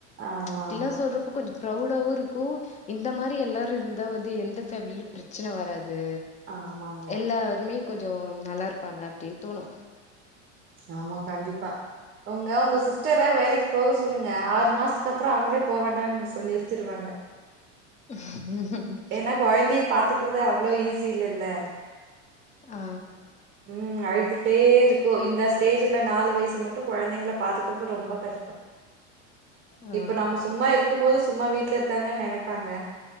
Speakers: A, on the right; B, on the left.
A: ஆமா
B: அப்டிலா
A: ஆமா
B: சொல்றப்ப கொஞ்சோ ப்ரௌடாவவு இருக்கு இந்த மாரி எல்லாரு இருந்தா வந்து எந்த ஃபேமிலியிலு பிரச்சன வராது
A: ஆமாங்க
B: எல்லாருமே கொஞ்சோ நல்லாருப்பாங்க அப்டின்னு தோணு
A: ஆமா கண்டிப்பா உங்க உங்க சிஸ்டரா வேலைக்கு போக சொல்லுங்க ஆறு மாசத்துக்கு அப்றோ அவுங்களே போ வேண்டானு சொல் நிறுத்திருவாங்க
B: ம்
A: ஏனா கொழந்தைய பாத்துக்றது அவ்ளோ ஈஸி இல்லல்ல
B: அ அ
A: ம் அழுதுட்டே இருக்கு இந்த ஸ் டேஜ்ல நாலு வயசு மட்டு கொழந்தைங்கல பாத்துக்றது ரொம்ப கஷ்டோ
B: ஆ
A: இப்ப நம்ம சும்மா இருக்கு போது சும்மா வீட்ல இருக்காங்கன்னு நெனைப்பாங்க